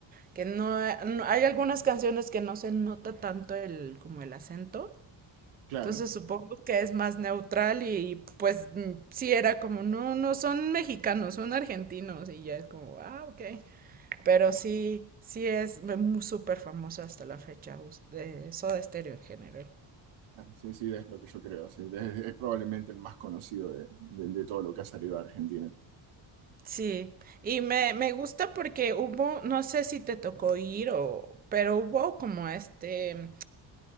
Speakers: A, on the right (about 20°); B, on the right (about 80°).
A: que no, no- hay algunas canciones que no se nota tanto el como el acento,
B: Claro,
A: entonces supongo que es más neutral y pues mm, sí era como, no, no son mexicanos, son argentinos y ya es como, ah, ok. Pero sí, sí es muy súper famosa hasta la fecha us- de Soda Stereo en general.
B: Ah, sí, sí, es lo que yo creo. sí, es, es probablemente el más conocido de, de- de todo lo que ha salido de Argentina.
A: Sí, y me, me gusta porque hubo, no sé si te tocó ir o, pero hubo como este